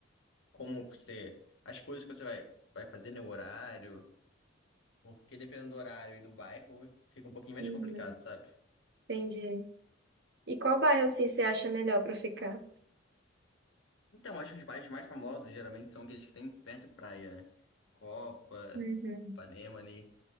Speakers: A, on the left; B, on the right.
A: como você. As coisas que você vai, vai fazer, né? O horário. Porque dependendo do horário e do bairro, fica um pouquinho mais
B: Uhum.
A: complicado, sabe?
B: Entendi. E qual bairro assim você acha melhor para ficar?
A: Então, acho que os bairros mais famosos geralmente são aqueles que tem perto de praia, né? Copa,
B: Uhum.
A: Ipanema ali.